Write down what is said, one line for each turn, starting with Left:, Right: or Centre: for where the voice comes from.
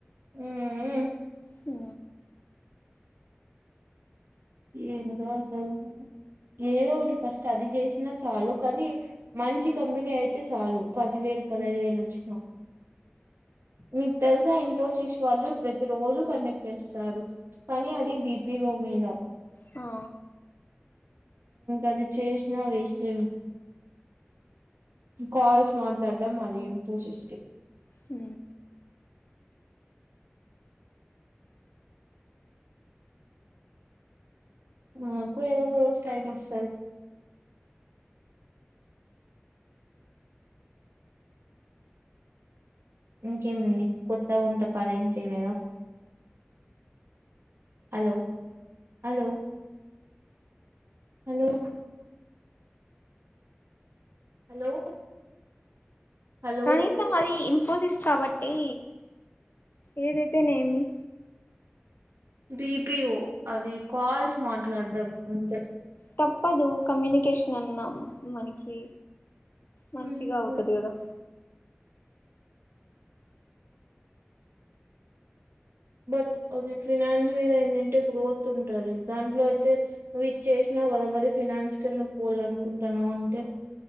Right: హుమ్మ్
Left: అ
Right: ఏందో అసలు ఏదో ఒకటి ఫస్ట్ అది చేసినా చాలు కానీ మంచి కంపెనీ అయితే చాలు పది వేలు పదహైదు వేలు వచ్చినా మీకు తెలుసా ఇన్ఫోసిస్ వాళ్ళు ప్రతి రోజు కండక్ట్ చేస్తారు కానీ అది బీపిఓ మీద
Left: హా
Right: అది చేసినా వేస్ట్ కాల్స్ మాట్లాడడం మాది ఇన్ఫోసిస్ కి
Left: అ
Right: నాకు ఏదో ఒక రోజు టైమ్ వస్తాది ఇంకేమండి కొత్త వంటకాలేం చేయలేదా hello hello hello hello! Hello
Left: కనీసం అది ఇన్ఫోసిస్ కాబట్టి ఏదైతేనేమి.
Right: బిపిఓ అది కాల్స్ మాట్లాడ్డం అంతే.
Left: తప్పదు కమ్యూనికేషన్ అన్నా మనకి మంచిగా
Right: ఉమ్,
Left: అవుతాది కదా.
Right: బట్ అది ఫినాన్స్ మీద అంటే గ్రోత్ ఉంటాది దాంట్లో అయితే నువ్ ఇది చేసిన కదా మీ ఫిననాన్స్ కింద పోవాల అనుకుంటాన్నావు అంటే